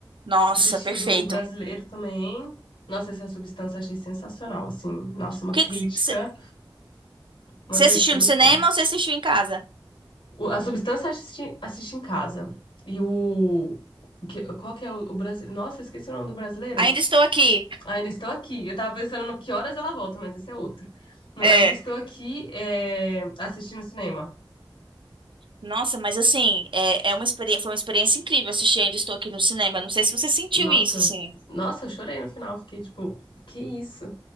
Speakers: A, on the right; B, on the left.
A: Nossa,
B: Assisti
A: perfeito.
B: o do o brasileiro também. Nossa, essa substância eu achei sensacional, assim. Nossa, uma
A: Que
B: crítica,
A: que c-
B: uma
A: você
B: crítica
A: assistiu
B: muito
A: no cinema
B: boa.
A: ou você assistiu em casa?
B: O- a substância eu assisti, assisti em casa. E o, o que, qual que é o, o brasileiro? Nossa, eu esqueci o nome do brasileiro.
A: Ainda estou aqui.
B: Ainda estou aqui. Eu tava pensando no que horas ela volta, mas isso é outro. No-
A: É.
B: Ainda estou aqui, é, assistindo cinema.
A: Nossa, mas assim, é, é uma experiência, foi uma experiência incrível assistir Ainda Estou Aqui no cinema. Não sei se você sentiu
B: Nossa,
A: isso, assim.
B: nossa, eu chorei no final. Fiquei tipo, que isso?